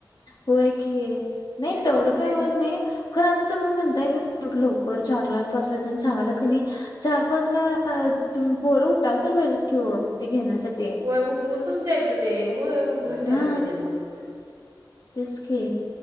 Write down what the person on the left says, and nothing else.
होय कि नाही तेवढं
काही
होत नाही खर आता तुम्ही म्हणताय कनी येवढ्या लवकर चारला आणि पाचला त्यांनी सांगाल्यात कनी चार पाच ला तुम्ही पोरं उठाल तर पाहिजेत किं वो घेण्यासाठी
हा
तेच की